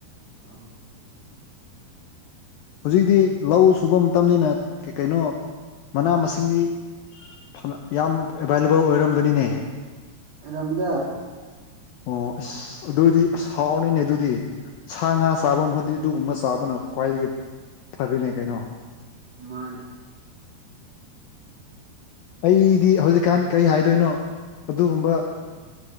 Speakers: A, on the right; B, on the left.
A: ꯑꯥ
B: ꯍꯧꯖꯤꯛꯇꯤ ꯂꯧ ꯁꯨꯕ ꯃꯇꯝꯅꯤꯅ ꯀꯩ ꯀꯩꯅꯣ ꯃꯅꯥ ꯃꯁꯤꯡꯗꯤ ꯐꯥꯅꯥ ꯌꯥꯝ ꯑꯦꯚꯥꯏꯂꯦꯕꯜ ꯑꯣꯏꯔꯝꯒꯅꯤꯅꯦ
A: ꯑꯦ ꯔꯥꯃꯤꯗꯥ
B: ꯑꯣ ꯑꯁ ꯑꯗꯨꯗꯤ ꯑꯁ ꯍꯥꯎꯔꯅꯤꯅꯦ ꯑꯗꯨꯗꯤ ꯁꯥ ꯉꯥ ꯆꯥꯕ ꯃꯍꯨꯠꯇꯤ ꯑꯗꯨꯒꯨꯝꯕ ꯆꯥꯕꯅ ꯈ꯭ꯋꯥꯏꯗꯒꯤ ꯐꯔꯤꯅꯦ ꯀꯩꯅꯣ
A: ꯃꯥꯅꯦ <inaudible>
B: ꯑꯩꯒꯤꯗꯤ ꯍꯧꯖꯤꯛꯀꯥꯟ ꯀꯔꯤ ꯍꯥꯏꯗꯣꯏꯅꯣ ꯑꯗꯨꯒꯨꯝꯕ